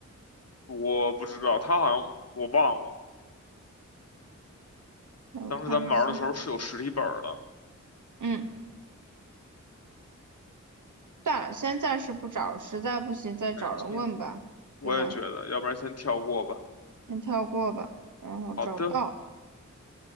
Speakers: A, on the left; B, on the right.
A: 我不知道，他好像我忘了。
B: 让我看一下，
A: 当时咱们玩的时候是有实体本儿的，
B: 嗯。算了，先暂时不找，实在不行再找人问吧，
A: 没错，我也觉得，
B: 对吧？
A: 要不然先跳过吧。
B: 先跳过吧，然后找不到，
A: 好的，